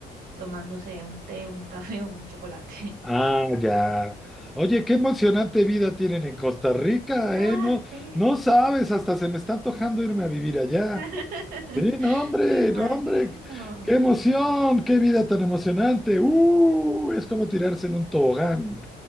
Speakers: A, on the right (about 60°); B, in the centre.
A: tomándose un té, un café o un chocolate. <laughs>
B: Ah, ya. Oye, qué emocionante vida tienen en Costa Rica,
A: Ah,
B: ¿eh? No,
A: sí,
B: no sabes, hasta se me está antojando irme a vivir allá.
A: <laughs>
B: Sí, no, hombre,
A: Me imagino.
B: no, hombre, qué emoción, qué vida tan emocionante. Uh, es como tirarse en un tobogán.